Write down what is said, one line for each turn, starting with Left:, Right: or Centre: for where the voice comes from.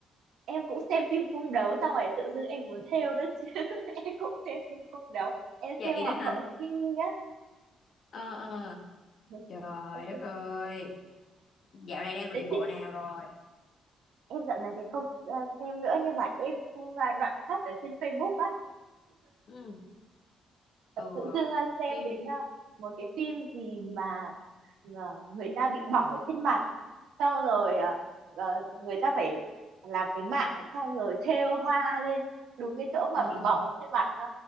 Right: em cũng xem phim cung đấu xong rồi tự dưng em muốn thêu đó chứ <laughs> em cũng xem phim cung đấu em
Left: Vậy
Right: xem hoàng
Left: đó hả?
Right: hậu Kim á
Left: Ờ ờ.
Right: <laughs>
Left: trời
Right: em
Left: đất
Right: xem
Left: ơi dạo này đang luyện
Right: Thế
Left: bộ
Right: chị
Left: nào rồi
Right: em dạo này thì không ờ, xem nữa nhưng mà em xem ờ, đoạn cắt ở trên Facebook á
Left: Ừ.
Right: Và
Left: ừ
Right: tự dưng ờ, xem
Left: Phim.
Right: đến ờ, một cái phim gì mà ờ, người ta bị bỏng ở trên mặt xong rồi ờ, ờ, người ta phải làm cái mạng xong rồi thêu hoa lên đúng cái chỗ mà
Left: Ờ
Right: bị
Left: ờ.
Right: bỏng ở trên mặt đó